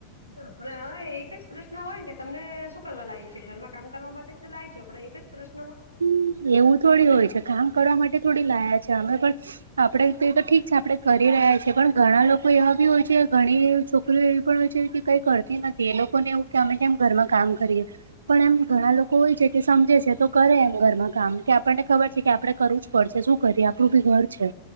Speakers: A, on the left; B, on the right.
A: હા પણ આવા એક જ પ્રશ્ન હોય ને કે તમને શું કરવા લાય છે, ઘરમાં કામ કરવા માટે જ તો લાય છે, પણ એક જ પ્રશ
B: હમ એવું થોડી હોય છે, કામ કરવા માટે થોડી લાયા છે, અમે પણ આપડે તે ત ઠીક છે, આપણેે કરી રહ્યા છીએ પણ ઘણા લોકો એવા બી હોય છે, ઘણી છોકરીઓ એવી પણ હોય છે. કઈ કરતી નથી એ લોકોને એવું કે અમે કેમ ઘરમાં કામ કરીએ પણ એમ ઘણા લોકો હોય છે, કે સમજે છે, તો કરે એમ ઘરમાં કામ કે આપણને ખબર છે, કે આપડે કરવું જ પડશે શું કરીએ આપણું બી ઘર છે.